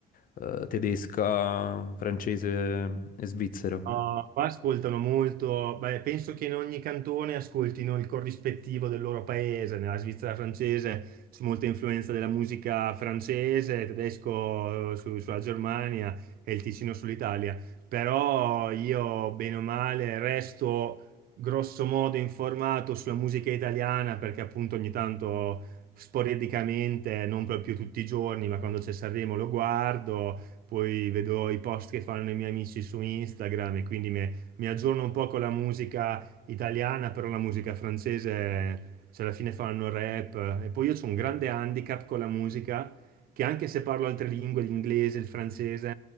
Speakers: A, on the left (about 55°); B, on the right (about 60°).
A: eh, tedesca, francese e svizzera.
B: No, qua ascoltano molto, beh, penso che in ogni cantone ascoltino il corrispettivo del loro paese, nella Svizzera francese c'è molta influenza della musica francese, tedesco eh, su- sulla Germania e il Ticino sull'Italia, però io bene o male resto grosso modo informato sulla musica italiana perché appunto ogni tanto sporadicamente, non proprio tutti i giorni, ma quando c'è Sanremo lo guardo poi vedo i post che fanno i miei amici su Instagram e quindi mi, mi aggiorno un po' con la musica italiana, però la musica francese, cioè alla fine fanno rap. E poi io ho un grande handicap con la musica, che anche se parlo altre lingue, l'inglese, il francese,